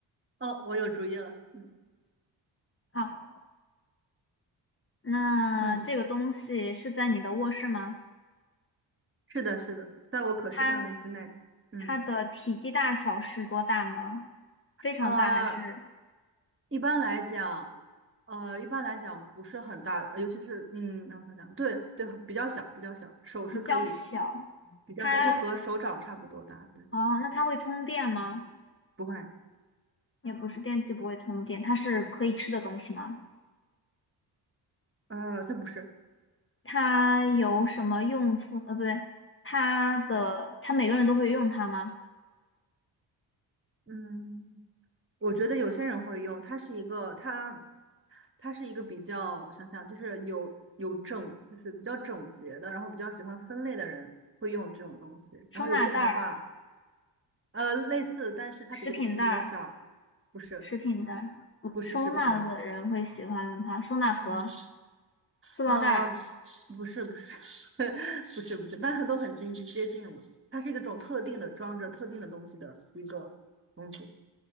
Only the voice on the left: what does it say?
好，那这个东西是在你的卧室吗？
它
它的体积大小是多大呢？非常大还是
比较小？
它
哦，那它会通电吗？
也不是，电器不会通电，它是可以吃的东西吗？
它有什么用处？呃，不对，它的它每个人都会用它吗？
收纳袋儿、
食品袋儿、
食品袋儿，嗯收纳的人会喜欢用它。
收纳盒、
塑料袋儿，